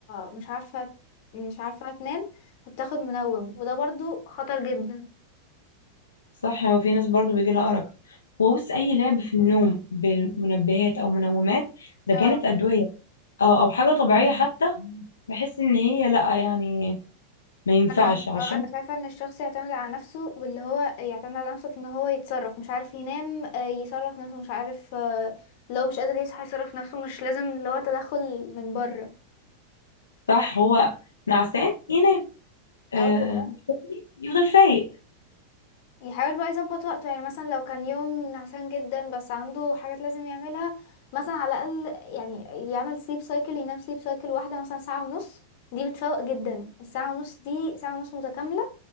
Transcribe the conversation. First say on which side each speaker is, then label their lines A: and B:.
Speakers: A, on the left; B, on the left.
A: مش عارفة مش عارفة تنام فبتاخد منوم وده برضو خطر جدا
B: صح هو في ناس برضو بيجي لها أرق وبص أي لعب في النوم بالمنبهات أو منومات ده
A: اه
B: كانت أدوية أو أو حاجة طبيعية حتى بحس إن هي لأ يعني ما ينفعش
A: انا
B: عشان
A: اه انا شايفه ان الشخص يعتمد على نفسه واللي هو يعتمد على نفسه في ان هو يتصرف مش عارف ينام آه، يصرف نفسه مش عارف آه، لو مش قادر يصحى يصرف نفسه مش لازم اللي هو تدخل من بره
B: صح هو نعسان ينام آه
A: اه بالظبط
B: يفضل فايق
A: يحاول بقى يظبط وقته يعني مثلا لو كان يوم نعسان جدا بس عنده حاجات لازم يعملها مثلا على الأقل يعني يعمل سليب سايكل ينام سليب سايكل واحدة مثلا ساعة ونص دي بتفوق جدا الساعة ونص دي ساعة ونص متكاملة